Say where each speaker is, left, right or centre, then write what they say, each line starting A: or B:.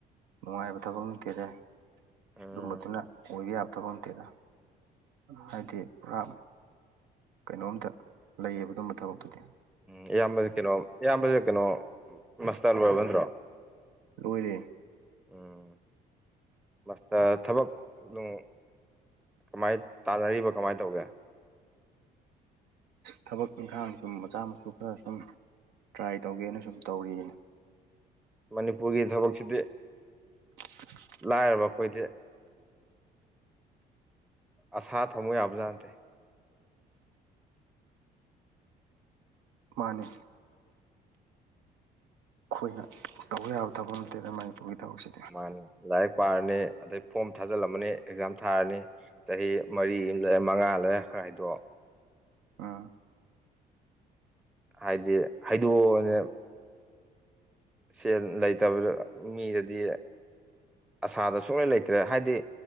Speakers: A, on the right (about 80°); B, in the centre.
A: ꯅꯨꯡꯉꯥꯏꯕ ꯊꯕꯛ ꯅꯠꯇꯦꯗ
B: ꯎꯝ
A: ꯑꯗꯨꯝꯕꯗꯨꯅ ꯑꯣꯏꯕ ꯌꯥꯕ ꯊꯕꯛ ꯅꯠꯇꯦꯗ ꯍꯥꯏꯗꯤ ꯄꯨꯔꯥ ꯀꯩꯅꯣꯝꯗ ꯂꯩꯌꯦꯕ ꯑꯗꯨꯝꯕ ꯊꯕꯛꯇꯨꯗꯤ
B: ꯎꯝ ꯏꯌꯥꯝꯕꯁꯦ ꯀꯩꯅꯣ ꯏꯌꯥꯝꯕꯁꯦ ꯀꯩꯅꯣ ꯃꯥꯁꯇꯔ ꯂꯣꯏꯔꯕ ꯅꯠꯗ꯭ꯔꯣ
A: ꯂꯣꯏꯔꯦ
B: ꯎꯝ ꯃꯥꯥꯁꯇꯔ ꯊꯕꯛ ꯅꯨꯡ ꯀꯃꯥꯏ ꯇꯥꯟꯅꯔꯤꯕ ꯀꯃꯥꯏꯅ ꯇꯧꯒꯦ
A: ꯊꯕꯛ ꯏꯪꯈꯥꯡ ꯁꯨꯝ ꯃꯆꯥ ꯃꯁꯨ ꯈꯔ ꯁꯨꯝ ꯇ꯭ꯔꯥꯏ ꯇꯧꯒꯦꯅ ꯁꯨꯝ ꯇꯧꯔꯤꯌꯦ
B: ꯃꯅꯤꯄꯨꯔꯒꯤ ꯊꯕꯛꯁꯤꯗꯤ
A: <inaudible>
B: ꯂꯥꯏꯔꯕ ꯑꯩꯈꯣꯏꯗꯤ ꯑꯁꯥ ꯊꯝꯃꯨ ꯌꯥꯕꯖꯥꯥꯠ ꯅꯠꯇꯦ
A: ꯃꯥꯅꯦ ꯑꯩꯈꯣꯏꯅ ꯇꯧꯕ ꯌꯥꯕ ꯊꯕꯛ ꯅꯠꯇꯦꯗ ꯃꯅꯤꯄꯨꯔꯒꯤ ꯊꯕꯛꯁꯤ
B: ꯃꯥꯅꯤ ꯂꯥꯏꯔꯤꯛ ꯄꯥꯔꯅꯤ ꯑꯗꯩ ꯐꯣꯝ ꯊꯥꯖꯤꯜꯂꯝꯃꯅꯤ ꯑꯦꯛꯖꯥꯝ ꯊꯥꯔꯅꯤ ꯆꯍꯤ ꯃꯔꯤ ꯑꯃ ꯂꯩꯔꯦ ꯃꯉꯥ ꯂꯩꯔꯦ ꯈꯔ ꯍꯥꯏꯗꯣꯛ
A: ꯑ
B: ꯍꯥꯏꯗꯤ ꯍꯩꯗꯣꯛꯑꯣꯅꯦ ꯁꯦꯜ ꯂꯩꯇꯕꯗ ꯃꯤꯗꯗꯤ ꯑꯁꯥꯗꯣ ꯁꯨꯛꯂꯩ ꯂꯩꯇ꯭ꯔꯦ ꯍꯥꯏꯗꯤ